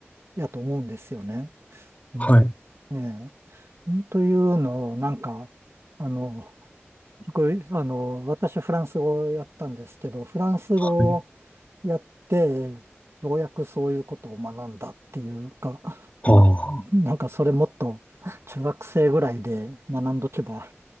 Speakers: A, on the right (about 80°); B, on the left (about 35°).
A: やと思うんですよね。うん。
B: はい。
A: ええ。というのを、なんか、あの、僕あの、私フランス語をやったんですけど、フランス語を
B: はい。
A: やって、ようやくそういうことを学んだっていうか、
B: ああ。
A: うん、なんかそれもっと中学生ぐらいで学んどけば